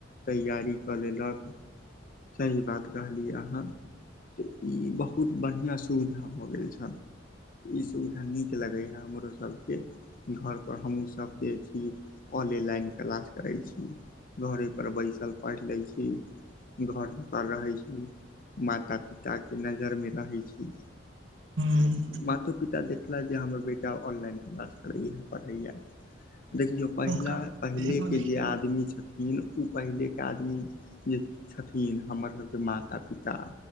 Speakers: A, on the left; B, on the right.
A: तैयारी कऽ लेलक सही बात कहलियै आहाँ तऽ ई बहुत बढ़िआँ सुविधा भऽ गेल छल। ई सुविधा नीक लगेै हे हमरो सबके घर पर हमुहुँ सब देए छी ऑनेलाइन क्लास करै छी। घरे पर बैसल पैड़ लै छी। घर पर रहे छी माता पिता के नजर मे रहेै छी।
B: हूं
A: मातो पिता देखला जे हमर बेटा ऑनलाइन क्लास करैया। पढिया देखियौ पहिला
B: का
A: पहिलेके
B: एगो देखियौ
A: जे आदमी छथिन। इन उ पहिलेके आदमी जे छथिन हमर सबके माता पिता।